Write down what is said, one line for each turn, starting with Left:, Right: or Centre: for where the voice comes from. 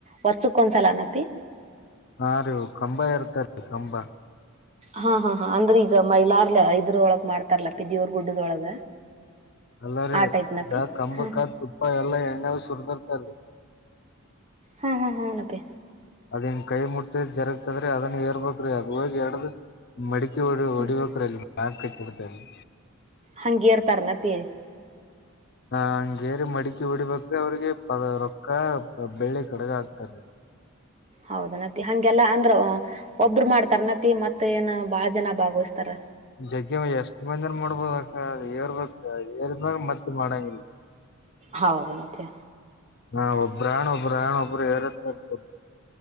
Right: ವರ್ಷುಕ್ಕೊಂದ್ ಸಲ ನ ಅಪ್ಪಿ
Left: ಹಾ ರೀ ಕಂಬ ಇರುತ್ತೆ ರೀ ಕಂಬ
Right: ಹಾ ಹಾ ಹಾ ಅಂದ್ರೆ ಈಗ ಮಹಿಲಾರ್ಲೆ ಇದ್ರು ಒಳಗ್ ಮಾಡ್ತಾರಲ್ಲಾ ಪಿದಿಯೊರ್ ಗುಡ್ಡದೊಳಗ
Left: ಅಲ್ಲರಿ
Right: ಆ ಟೈಪ್ ನಪಿ
Left: ಈಗ ಕಂಬಕ್ಕ
Right: ಹಾ ಹಾ
Left: ತುಪ್ಪ ಎಲ್ಲಾ ಎಣ್ಣೆವ್ ಸುರ್ದಿರ್ತಾರ.
Right: ಹಾ ಹಾ ಹಾನಪ್ಪಿ
Left: ಅದಿಂಗ್ ಕೈ ಮುಟ್ಟಿ ಜರಗ್ತದ್ರಿ ಅದನ್ ಏರ್ಬೇಕ್ರಿ ಅದು ಹೋಗಿ ಎಡ್ದ ಮೆಡಿಕ್ <unintelligible>
Right: ಹ್ಮ್
Left: ಓಡಿಬೇಕರೆ ಅಲ್ಲಿ ಮ್ಯಾಗ್ ಕಟ್ಟಿರ್ತಾರ್ರಿ
Right: ಹಂಗ್ ಏರ್ತರೇನಪ್ಪಿ
Left: ಹ ಹಂಗೇರಿ ಮಡಿಕೆ ಹೊಡಿಬೇಕ್ ಅವ್ರಿಗೆ ಪದ ರೊಕ್ಕ, ಬೆಳ್ಳಿ ಕಡಗ ಆಕ್ತಾರ್ರಿ
Right: ಹೌದನಪ್ಪಿ ಹಂಗೆಲ್ಲಾ ಅಂದ್ರ ಒಬ್ರು ಮಾಡ್ತಾರೆನಪ್ಪಿ ಮತ್ತ ಏನ್ ಬಾಳ ಜನ ಭಾಗವಹಿಸ್ತಾರ?
Left: ಜಗ್ಗೆ ಮ ಎಷ್ಟ್ ಮಂದಿನು ಮಾಡ್ಬೋದಕ್ಕ, ಏರ್ಬೇಕ್ ಏರ್ದ್ಮ್ಯಾಗ್ ಮತ್ ಮಾಡಂಗಿಲ್ಲ
Right: ಹೌದನತ್ತೆ
Left: ನಾ ಒಬ್ರಾಣ್ ಒಬ್ರಾಣ್ ಒಬ್ರು ಹೆರ್ತ ಇರ್ತರ್ರಿ